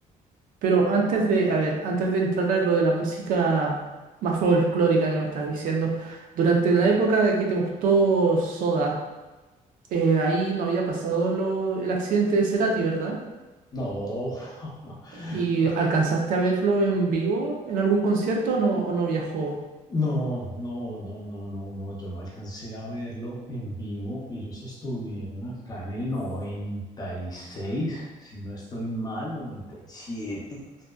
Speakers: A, on the right; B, on the left.
A: pero antes de, a ver, antes de entrar en lo de la música más folclórica que me estás diciendo, durante la época de que te gustó Soda, eh, ahí no había pasado lo, el accidente de Cerati, ¿verdad?
B: No, <laughs>
A: ¿Y alcanzaste a verlo en vivo en algún concierto o no, o no viajó?
B: No, no, no, no, no, no, yo no alcancé a verlo en vivo. Ellos estuvieron acá en el 96, si no estoy mal, 97,